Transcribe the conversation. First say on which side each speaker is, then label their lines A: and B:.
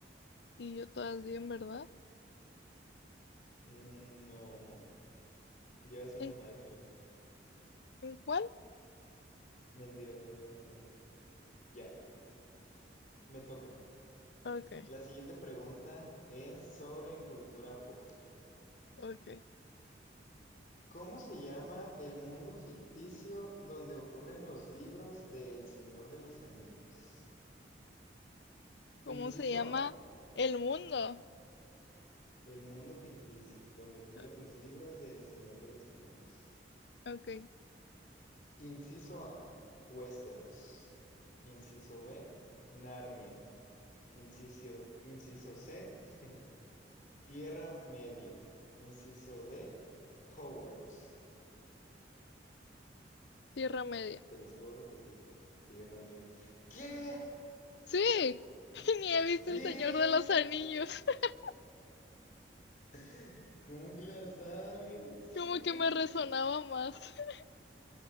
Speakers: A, on the left; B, on the left.
A: Y yo todas bien, ¿verdad?
B: Mm, No, llevas una
A: ¿En,
B: mal, creo.
A: en cuál?
B: Mentiras, no llevas ni una mal. Ya, me toca.
A: Ok,
B: La siguiente pregunta es sobre cultura pop.
A: ok.
B: ¿Cómo se llama el mundo ficticio donde ocurren los libros de El Señor de los Anillos?
A: ¿Cómo
B: Inciso
A: se llama
B: A,
A: el mundo?
B: el mundo ficticio donde ocurren
A: Ah,
B: los libros de El Señor de los Anillos.
A: Ok,
B: Inciso A, Westeros. Inciso B, Narnia. Inciso, inciso C, <laughs> Tierra Media. Inciso D, Hogwarts.
A: Tierra Media.
B: Te las puedo repetir. Tierra Media. ¿Qué?
A: Sí, <laughs> ni he visto
B: ¡Sí!
A: El Señor de los Anillos. <laughs>
B: <laughs> ¿Cómo te la sabes? <laughs>
A: Como que me resonaba más. <laughs>